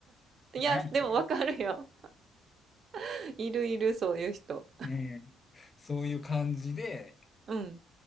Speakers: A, on the left; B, on the right.
A: <laughs>
B: いや、
A: 何やねんそれ
B: でもわかるよ。<laughs> いるいる、そういう人。
A: うん。そういう感じで、
B: うん。